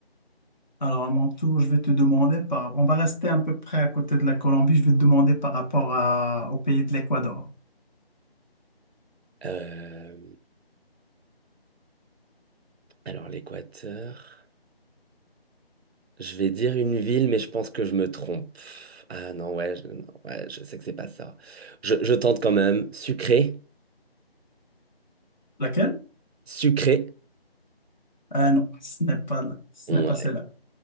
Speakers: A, on the left; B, on the right.
A: Alors, à mon tour, je vais te demander par... On va rester à peu près à côté de la Colombie. Je vais te demander par rapport à- au pays de l'Équateur.
B: Euh, Alors, l'Équateur. Je vais dire une ville, mais je pense que je me trompe. Ah non, ouais, je, non, ouais, je sais que c'est pas ça. Je, je tente quand même. Sucré.
A: Laquelle?
B: Sucré.
A: Ah non, ce n'est pas là. Ce
B: Ouais,
A: n'est pas celle-là.